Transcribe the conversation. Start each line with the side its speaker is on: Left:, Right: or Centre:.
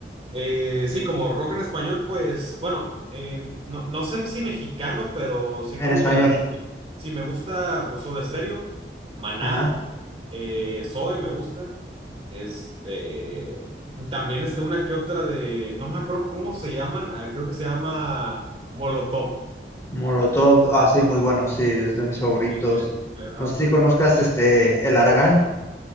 Right: Eh, sí, como rock en español, pues, bueno, eh, no, no sé si mexicano, pero sí
Left: En
Right: como
Left: español.
Right: que latino. ¿no? Sí, me gusta, pues, Soda Stereo, Maná,
Left: Ajá.
Right: eh, Zoe me gusta. Este, también este, una que otra de, no me acuerdo cómo se llaman, ah, creo que se llama Molotov.
Left: Molotov, ah, sí, muy bueno, sí, es de mis
Right: Sí,
Left: favoritos.
Right: sí, Me, me- me agrada
Left: No
Right: bastante.
Left: sé si conozcas este El Aragán,